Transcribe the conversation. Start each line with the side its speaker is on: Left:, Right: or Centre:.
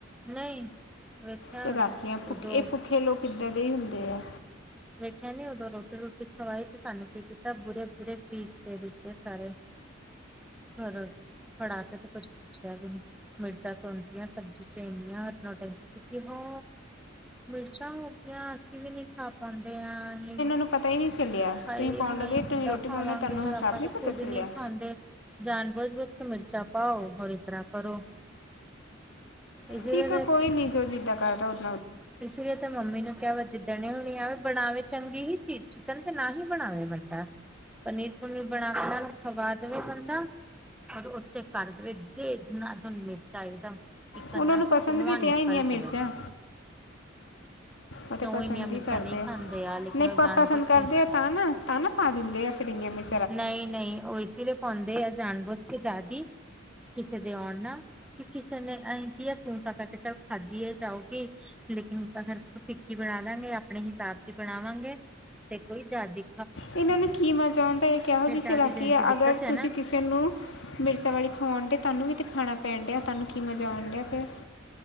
Centre: ਨਹੀਂ ਵੇਖਿਆ
Left: ਚਲਾਕੀਆ ਭੁੱਖੇ
Centre: ਉਦੋਂ
Left: ਏ ਭੁੱਖੇ ਲੋਕ ਏਦਾ ਦੇ ਹੀ ਹੁੰਦੇ ਆ,
Centre: ਵੇਖਿਆ ਨਈਂ ਉਦੋਂ ਰੋਟੀ-ਰੁਟੀ ਖਵਾਈ ਤੇ ਸਾਨੂੰ ਕੀ ਕੀਤਾ ਬੁਰੇ-ਬੂਰੇ ਪੀਸ ਦੇ ਦਿੱਤੇ ਸਾਰੇ। ਹੋਰ ਫੜਾ ਕੇ ਤੇ ਕੁਛ ਪੁੱਛਿਆ ਵੀ ਨਈਂ ਮਿਰਚਾਂ ਤੋ ਹੂਦੀਆਂ ਸਬਜ਼ੀ ਚ ਹੂਦੀਆਂ ਨੋਟੈਂਕੀ ਕੀਤੀ ਹੋ ਮਿਰਚਾਂ ਹੋ ਗਈਆਂ ਅਸੀਂ ਵੀ ਨਈਂ ਖਾ ਪਾਂਦੇ ਆਂ ਅਨੀਅਨ
Left: ਉਨੂੰ ਪਤਾ ਹੀ ਨਹੀਂ ਚੱਲਿਆ
Centre: ਹਾਏ
Left: ਤੁਸੀਂ ਪਾਉਣ
Centre: ਹੁਣ
Left: ਲੱਗੇ
Centre: ਅਹੀ
Left: ਤੁਸੀਂ
Centre: ਕਿੱਦਾਂ
Left: ਰੋਟੀ
Centre: ਖਾਵਾਂਗੇ,
Left: ਬਣਾਉਣਾ ਤੁਹਾਨੂੰ ਹਿਸਾਬ
Centre: ਆਪਾਂ
Left: ਨਹੀਂ
Centre: ਤੇ
Left: ਪਤਾ
Centre: ਖੁੱਦ
Left: ਚੱਲਿਆ
Centre: ਨਈਂ ਖਾਂਦੇ। ਜਾਣ ਬੁਝ-ਬੁਝ ਕੇ ਮਿਰਚਾਂ ਪਾਓ, ਹੋਰ ਇਤਰ੍ਹਾਂ ਕਰੋ। ਇਸ ਲਈ
Left: ਠੀਕ
Centre: ਤੇ
Left: ਆ ਕੋਈ ਨਹੀਂ ਜੋ ਜਿੱਦਾਂ ਕਰਦਾ ਉਦਾ
Centre: ਇਸ ਲਈ ਤੇ ਮੰਮੀ ਨੂੰ ਕਿਆ ਵ ਜਿੱਦਣ ਓਹਨੀ ਆਵੇ ਬਣਾਵੇ ਚੰਗੀ ਹੀ ਚੀਜ਼ ਚਿਕਨ ਤੇ ਨਾਂ ਹੀ ਬਣਾਵੇ ਬੰਦਾ ਪਨੀਰ-ਪਨੁਰ ਬਣਾ ਕੇ ਖਵਾ ਦੇਵੇ ਬੰਦਾ ਔਰ ਉਚੇ ਕਰ ਦੇਵੇ ਦੇ ਧੁਨਾਧੁਨ ਮਿਰਚਾ ਇੱਕਦਮ ਕਿ ਕੰਨਾਂ
Left: ਉਹਨਾਂ ਨੂੰ
Centre: ਚ
Left: ਪਸੰਦ
Centre: ਧੂਆਂ
Left: ਵੀ
Centre: ਨਿਕਲ
Left: ਤੇ ਆ ਇੰਨੀਆਂ ਮਿਰਚਾਂ
Centre: ਜਾਵੇੇ
Left: ਉਹ ਤੇ ਪਸੰਦ
Centre: ਇੰਨੀਆਂ ਮਿਰਚਾਂ
Left: ਈ ਕਰਦੇ
Centre: ਨਹੀਂ ਖਾਂਦੇ ਆ ਲੇਕਿਨ
Left: ਨਈਂ
Centre: ਉਹ ਜਾਣ
Left: ਪਸੰਦ
Centre: ਬੁਝ
Left: ਕਰਦੇ
Centre: ਕੇ
Left: ਤਨ, ਤਨ ਪਾ ਦਿੰਦੇ ਆ ਫਿਰ ਇਨੀਆਂ ਮਿਰਚ
Centre: ਨਈਂ ਨਈਂ, ਉਹ ਇਸ ਲਈ ਪਾਉਂਦੇ ਆ ਜਾਨ ਬੁਜ ਕੇ ਜਾਦੀ ਕਿਸੇ ਦੇ ਆਉਣ ਨਾ ਕਿ ਕਿਸੇ ਨੇ ਅਸੀਂ ਕੀ ਆ ਸੂ ਸਾ ਕਰਕੇ ਖਾਧੀ ਆ ਜਾਓਗੀ ਲੇਕਿਨ ਅਗਰ ਫਿੱਕੀ ਬਣਾਦਾਂਗੇ ਆਪਣੇ ਹਿਸਾਬ ਦੀ ਬਣਾਵਾਂਗੇ ਤੇ ਕੋਈ ਜ਼ਾਦੀ
Left: ਇਹਨਾਂ ਨੂੰ ਕੀ ਮਜ਼ਾ ਆਉਂਦਾ ਇਹ ਕਿਹੋ ਜਿਹੇ
Centre: ਜ਼ਿਆਦੀ
Left: ਚਲਾਕੀ
Centre: ਦਿਨ
Left: ਐ
Centre: ਚ ਦਿੱਕਤ
Left: ਅਗਰ
Centre: ਹੈ
Left: ਤੁਸੀਂ
Centre: ਨਾ
Left: ਕਿਸੇ ਤੈਨੂੰ ਮਿਰਚਾਂ ਵਾਲੀ ਖਵਾਉਣ ਤੇ ਤੁਹਾਨੂੰ ਵੀ ਤਾਂ ਖਾਣਾ ਪੈਣ ਡਿਆ ਤੁਹਾਨੂੰ ਕੀ ਮਜ਼ਾ ਆਉਣ ਡਿਆ ਫਿਰ